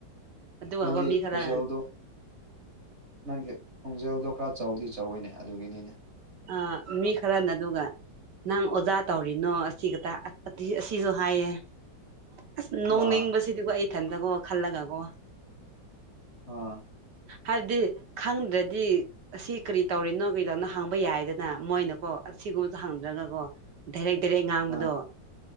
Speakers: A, on the right; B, on the right.
A: ꯑꯗꯨꯒꯥꯎꯕ
B: ꯅꯪꯒꯤ
A: ꯃꯤ ꯈꯔ
B: ꯈꯣꯟꯖꯦꯜꯗꯣ ꯅꯪꯒꯤ ꯈꯣꯡꯖꯦꯜꯗꯣ ꯈꯔ ꯆꯥꯎꯧꯗꯤ ꯆꯥꯎꯧꯋꯏꯅꯦ ꯑꯗꯨꯒꯤꯅꯤꯅꯦ
A: ꯑ ꯃꯤ ꯈꯔꯅ ꯑꯗꯨꯒ ꯅꯪ ꯑꯣꯖꯥ ꯇꯧꯔꯤꯅꯣ ꯑꯁꯤꯒꯛꯇ ꯑꯁꯤꯁꯨ ꯍꯥꯏꯌꯦ ꯑꯁ
B: ꯑꯥ
A: ꯅꯣꯡꯅꯤꯡꯕꯁꯤꯗꯤꯀꯣ ꯑꯩ ꯏꯊꯟꯗꯀꯣ ꯈꯜꯂꯒꯀꯣ
B: ꯑ
A: ꯍꯥꯏꯕꯗꯤ ꯈꯪꯗ꯭ꯔꯗꯤ ꯑꯁꯤ ꯀꯔꯤ ꯇꯧꯔꯤꯅꯣ ꯀꯩꯗꯅ ꯍꯥꯡꯕ ꯌꯥꯏꯗꯅ ꯃꯣꯏꯅꯀꯣ ꯑꯁꯤꯒꯨꯝꯕꯁꯨ ꯍꯪꯗ꯭ꯔꯒꯀꯣ ꯗꯥꯏꯔꯦꯛ ꯇꯦꯔꯦ ꯉꯥꯡꯕꯗꯣ
B: ꯑꯥ